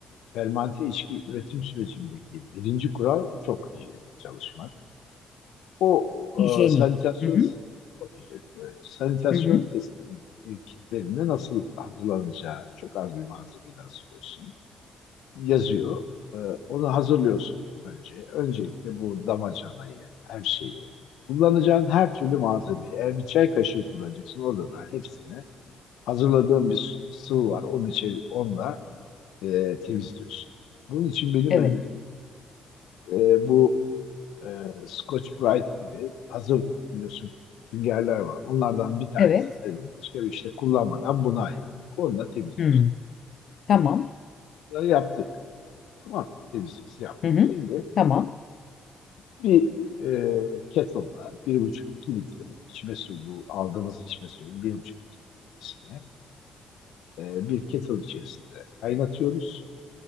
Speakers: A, on the left; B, on the left.
A: fermante içki üretim sürecindeki birinci kural çok hijyenik çalışmak. O e,
B: Hijyenik.
A: sanitasyon
B: Hı hı.
A: çok hijyenik, evet. Sanitasyon
B: Hı hı.
A: testinin e, kitlerinde nasıl hazırlanacağı çok az bir malzemeyle hazırlıyorsun. Yazıyor. E, onu hazırlıyorsun önce. Öncelikle bu damacanayı, her şeyi. Kullanacağın her türlü malzemeyi. Eğer bir çay kaşığı kullanacaksın orada da hepsine hazırladığım bir sıvı var. Onun için onunla e, temizliyorsun. Bunun için benim
B: Evet.
A: ben dedim, e, bu e, Scotch Brite gibi hazır biliyorsun süngerler var. Onlardan bir tanesi
B: Evet.
A: ayırın. Başka bir işte kullanmadan bunu ayırın. Onunla temizliyorsun.
B: Hı. Tamam.
A: E, bunları yaptık. Tamam temizliğimizi yaptık.
B: Hı hı.
A: Şimdi
B: Tamam.
A: bir e, kettle'da bir buçuk iki litre içme suyu bu aldığımız içme suyu 1,5 litresine e, bir kettle içerisinde kaynatıyoruz.